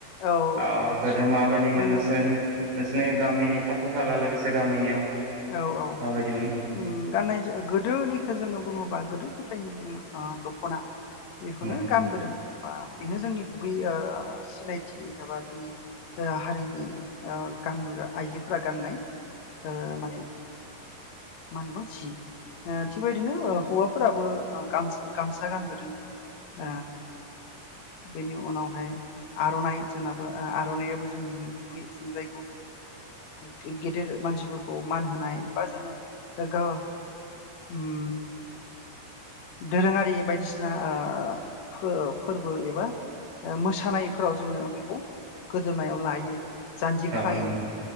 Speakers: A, on the left (about 70°); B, on the right (about 65°).
A: औ
B: अ
A: दे
B: गोदो माबायदिमोन
A: जोङो
B: नोंसोरनि नोंसिनि गामिनि खाथि खाला लोगोसे गामियाव
A: औ औ
B: माबायदिमोन
A: उम गाननाय जो गोदोनि जोङो बुङोबा गोदोनिफ्रायनो जोङो ओ दख खना बेखौनो
B: नंगौ
A: गानबोदों बा बेनो जोंनि गुबै ओ सिनायथि एबा जोंनि ओ हारिनि गानग्रा आइजोफोरा गाननाय। ओ। <unintelligible> जि थिगबायदिनो हौवाफोराबो गाम-गामसा गानबोदों <inaudible> ओ बेनि उनावहाय आर'नाइ जोंनाबो आर'नायाबो जोंनिनो गुबै जों जायखौ ओ गे-गेदेर मानसिफो खौ मान होनाय बा जोङो ग- उम दोरोङारि बायदिसिना ओ फो-फोरबो एबा मोसानायफोराव जोङो बेखौ गोदोनायाव लायो। जान्जि खायो
B: नोंथां